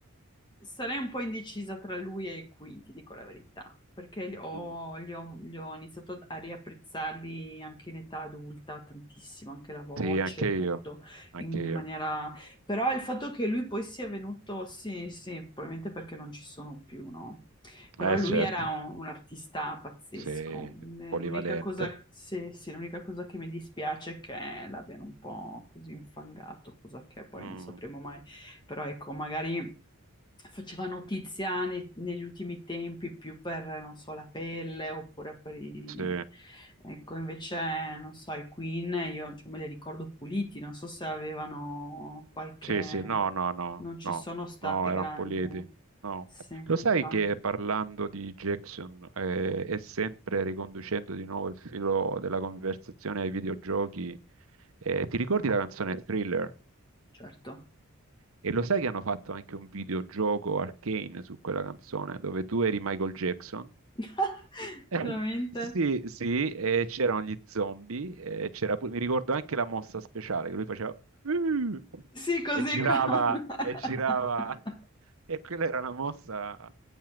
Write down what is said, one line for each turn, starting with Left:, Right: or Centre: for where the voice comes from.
Left: Sarei un po' indecisa tra lui e qui, ti dico la verità, perché li ho,
Right: Mm.
Left: li ho- li ho iniziato a riapprezzarli anche in età adulta tantissimo, anche la voce,
Right: Sì, anche io,
Left: tutto
Right: anche
Left: in
Right: io.
Left: maniera... Però il fatto che lui poi sia venuto, sì, sì, probabilmente perché non ci sono più, no? Però
Right: Eh,
Left: lui
Right: certo,
Left: era un, un artista pazzesco.
Right: sì,
Left: Eh,
Right: polivalente.
Left: L'unica cosa, sì, sì, l'unica cosa che mi dispiace è che l'abbiano un po' così infangato, cosa che poi
Right: Mm,
Left: non sapremo mai. Però ecco, magari faceva notizia ne- negli ultimi tempi più per, non so, la pelle oppure per i...
Right: sì.
Left: Ecco, invece, non so, i Queen, io cioè, me li ricordo puliti, non so se avevano qualche...
Right: Sì, sì, no, no, no,
Left: Non ci
Right: no,
Left: sono state
Right: no, erano
Left: grandi...
Right: Politi. No.
Left: Sì,
Right: Lo
Left: infatti,
Right: sai che parlando di Jackson eh, e sempre riconducendo di nuovo il filo della conversazione ai videogiochi, eh, ti ricordi la canzone Thriller?
Left: certo.
Right: E lo sai che hanno fatto anche un videogioco Arcane su quella canzone, dove tu eri Michael Jackson?
Left: <laughs>
Right: <laughs>
Left: Veramente?
Right: Sì, sì, e c'erano gli zombie, e c'era pu- mi ricordo anche la mossa speciale che lui faceva "Uh",
Left: Sì, così
Right: e girava
Left: con... <laughs>
Right: e girava <laughs> e quella era una mossa